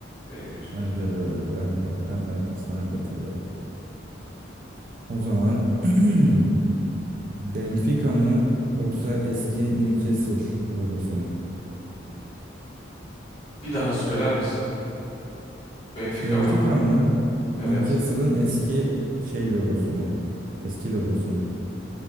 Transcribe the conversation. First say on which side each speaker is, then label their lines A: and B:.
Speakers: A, on the left (about 30°); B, on the right (about 45°).
A: benim gözümde.
B: Bence de öyle. Ben de ben de sana katılıyorum. O zaman <clears throat> Benfica mı yoksa eski Newcastle logosu mu?
A: Bir daha söyler misin? Benfica
B: Benfica
A: mı?
B: mı?
A: Evet.
B: Newcastle'ın eski şey logosu mu? Eski logosu mu?